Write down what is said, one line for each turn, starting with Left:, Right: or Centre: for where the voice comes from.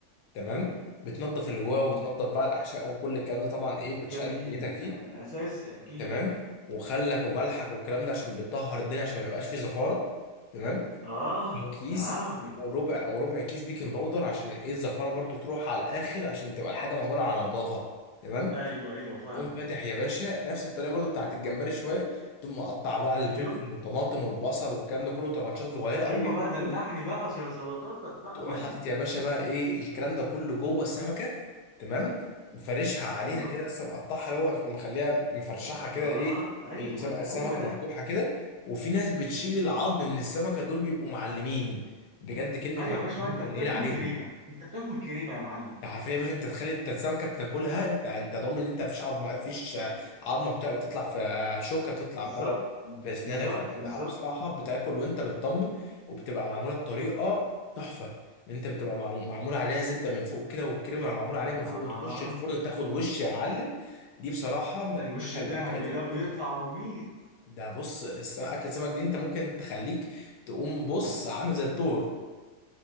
Left: تمام بتنظف اللي جواه
Right: امم
Left: مم. وتنظف بقى الاحشاء وكل الكلام ده طبعا ايه بتشقلب
Right: جميل
Left: دنيتك فيه
Right: آه، اساسي اكيد
Left: تمام وخلك وملحك والكلام ده عشان بتطهر الدنيا عشان ما يبقاش فيه زفاره تمام
Right: اه
Left: وكيس
Right: قهوي
Left: وربع وربع كيس بيكنج باودر عشان ايه الزفاره برضو تروح على الاخر عشان تبقى الحاجه معموله على نظافه تمام
Right: ايوه ايوه فاهم
Left: تقوم فاتح يا باشا نفس الطريقه برضو بتاعت الجمبري شويه تقوم مقطع بقى الفلفل
Right: ايوه
Left: والطماطم والبصل والكلام ده كله طرنشات صغيره
Right: ايوه
Left: قوي
Right: بقى
Left: قوي
Right: دلعني
Left: قوي
Right: بقى يا سلطاتك بقى
Left: تقوم
Right: ودي
Left: حاطط يا باشا بقى ايه الكلام ده كله جوه السمكه تمام مفرشها عليها
Right: ايوه
Left: كده لسه مقطعها اللي هو مخليها مفرشحها
Right: اه
Left: كده ايه
Right: ايوه
Left: السمكه السمكه
Right: هو ده
Left: مفتوحه كده وفي ناس بتشيل
Right: ايوه
Left: العظم من السمكه دول بيبقوا معلمين بجد كلمه
Right: ايوه يا باشا بقى
Left: معلمين
Right: انت بتاكل
Left: قليله عليهم
Right: كريمه انت بتاكل كريمه يا معلم
Left: ده حرفيا يا باشا انت تخيل انت السمكه بتاكلها انت انت ضامن ان انت مفيش عظمه مفيش عظمه بتا- بتطلع في آه، شوكه بتطلع
Right: بالظبط
Left: بتاع ده في اسنانك
Right: بالظبط
Left: فبصراحه
Right: بالظبط
Left: بتاكل وانت بتطمن وبتبقى معموله بطريقه تحفه ان انت بتبقى معمو- معمول عليها زبده من فوق كده والكريمه معمول عليها
Right: اه
Left: من فوق وتخش الفرن تاخد وش يا معلم دي بصراحه من
Right: الوش
Left: احلى
Right: الذهبي
Left: الاكلات اللي
Right: ده
Left: انت
Right: بيطلع
Left: ممكن
Right: مميت
Left: ده بص الس- اكل السمك دي انت ممكن تخليك تقوم بص عامل زي الطور